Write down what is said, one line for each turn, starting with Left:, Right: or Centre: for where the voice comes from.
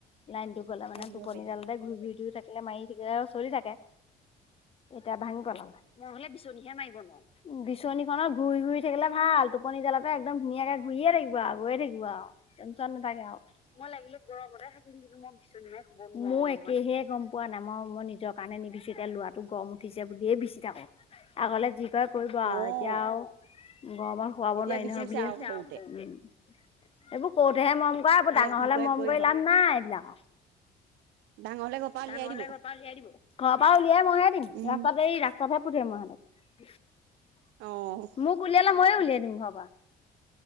Left: লাইনটো গ'লে মানে
Right: মাৰি থাকিব
Left: টোপনি
Right: পাৰি
Left: জালতে
Right: অ'।
Left: ঘূৰি ঘূৰি ধুই থাকিলে মাই থাকিলে আৰু চলি থাকে। এতিয়া ভাঙি পেলালে, মই হ'লে বিচনীহে মাৰিব নোৱাওঁ। বিচনীখনৰ ঘূৰি ঘূৰি থাকিলে ভাল টোপনি জালাতে একদম ধুনীয়াকে ঘূৰিয়ে থাকিব আৰু, গৈয়ে থাকিব আৰু, টেনচন নাথাকে আৰু। মই লাগিলে গৰমতে থাকিম কিন্তু মই বিচনী মাৰি শুৱ নোৱাওঁ। মোৰ একেহে গম পোৱা নাই। মই, মই নিজৰ নিজৰ কাৰণে নিবিছো, এতিয়া ল'ৰাটো গৰম উঠিছে বুলিয়ে বিচি থাকো। আগলে যি কয় কৰিব আউ,
Right: অ'।
Left: এতিয়া আউ অ' আমাৰ খোৱাব
Right: এতিয়া
Left: নোৱাৰি
Right: বিচিছে
Left: নহয় বুলিয়ে,
Right: আৰু সৰুতে
Left: উম্। এবোৰ সৰুতেহে মৰম কৰা, এইবোৰ ডাঙৰ
Right: কি
Left: হ'লে
Right: কৰে
Left: মৰম
Right: কৰিব
Left: কৰি লাভ নাই এইবিলাকক।
Right: ডাঙৰ হলে ঘৰ পৰা
Left: ডাঙৰ
Right: উলিয়াই
Left: হ'লে
Right: দিব
Left: ঘৰ পৰা উলিয়াই দিব। ঘৰৰ পৰা উলিয়াই মইহে দিম।
Right: উম
Left: ৰাস্তাত এই ৰাস্তাতহে <inaudible>
Right: অ'।
Left: মোক উলিয়ালে ময়ো উলিয়াই দিম ঘৰ পৰা।